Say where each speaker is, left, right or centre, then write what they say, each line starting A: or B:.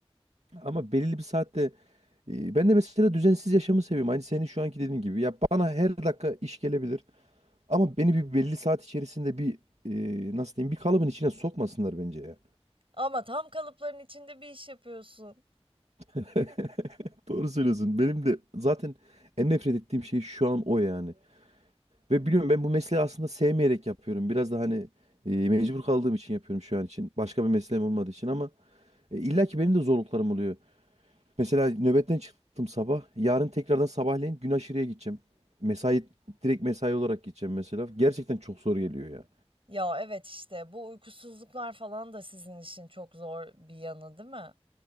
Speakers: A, on the right; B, on the right.
A: Ama belirli bir saatte e, ben de mesela düzensiz yaşamı seviyorum. Aynı senin şu anki dediğin gibi. Ya bana her dakika iş gelebilir. Ama beni bir belli saat içerisinde bir e, nasıl diyeyim bir kalıbın içine sokmasınlar bence ya.
B: Ama tam kalıpların içinde bir iş yapıyorsun.
A: <laughs> Doğru söylüyorsun. Benim de zaten en nefret ettiğim şey şu an o yani. Ve biliyorum ben bu mesleği aslında sevmeyerek yapıyorum. Biraz da hani e, mecbur kaldığım için yapıyorum şu an için. Başka bir mesleğim olmadığı için ama e, illa ki benim de zorluklarım oluyor. Mesela nöbetten çıktım sabah. Yarın tekrardan sabahleyin gün aşırıya gideceğim. Mesai direkt mesai olarak gideceğim mesela. Gerçekten çok zor geliyor ya.
B: Ya evet işte bu uykusuzluklar falan da sizin için çok zor bir yanı, değil mi?